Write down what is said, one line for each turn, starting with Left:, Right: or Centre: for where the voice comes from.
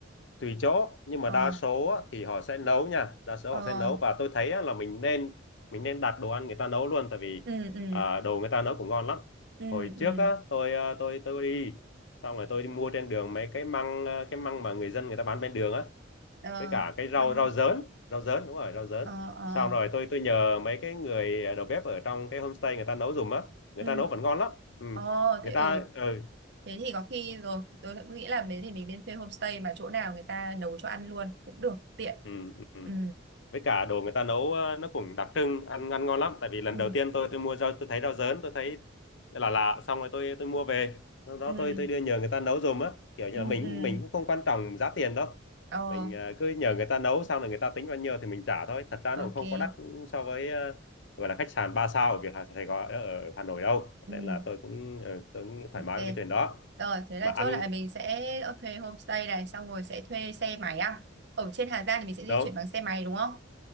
Left: tùy chỗ nhưng mà
Right: Ờ,
Left: đa số á, thì họ sẽ nấu nha đa số
Right: ờ,
Left: họ sẽ nấu và tôi thấy á, là mình nên mình nên đặt đồ ăn người ta nấu luôn tại vì
Right: ừ, ừ,
Left: à, đồ người ta nấu cũng ngon lắm
Right: ừ,
Left: hồi trước
Right: ừ,
Left: á tôi à, tôi tôi đi xong rồi tôi đi mua trên đường mấy cái măng à, cái măng mà người dân người ta bán bên đường á
Right: ờ,
Left: với cả cái
Right: mang,
Left: rau rau dớn rau dớn đúng rồi rau dớn
Right: ờ, ờ,
Left: xong rồi tôi tôi nhờ mấy cái người đầu bếp ở trong cái homestay người ta nấu giùm á người
Right: ừ,
Left: ta nấu vẫn ngon lắm ừ.
Right: ờ,
Left: người
Right: thế ừ,
Left: ta ừ.
Right: thế thì có khi rồi, tôi cũng nghĩ là mấy thì mình nên thuê homestay mà chỗ nào người ta nấu cho ăn luôn cũng được, tiện.
Left: Ừ. Ừ.
Right: Ừ,
Left: với cả đồ người ta nấu ờ, nó cũng đặc trưng ăn ăn ngon lắm tại vì lần
Right: ừ,
Left: đầu tiên tôi tôi mua rau tôi thấy rau dớn tôi thấy là lạ xong rồi tôi tôi mua về sau đó
Right: ừ,
Left: tôi tôi đưa nhờ người ta nấu giùm á kiểu như
Right: ừ,
Left: là mình
Right: ừ,
Left: mình cũng không quan trọng giá tiền đâu
Right: ờ,
Left: mình ờ, cứ nhờ người ta nấu xong rồi người ta tính bao nhiêu thì mình trả thôi thật ra
Right: ok,
Left: nó cũng không có đắt so với ờ, gọi là khách sạn ba sao ở Việt Hà Sài Gòn ở Hà Nội đâu
Right: ừ.
Left: nên là tôi cũng ờ, tôi cũng thoải
Right: ok
Left: mái với cái chuyện đó
Right: rồi thế là
Left: mà ăn
Right: chốt lại mình sẽ ờ, thuê homestay này xong rồi sẽ thuê xe máy à ở trên Hà Giang thì mình sẽ di
Left: đúng
Right: chuyển bằng xe máy đúng không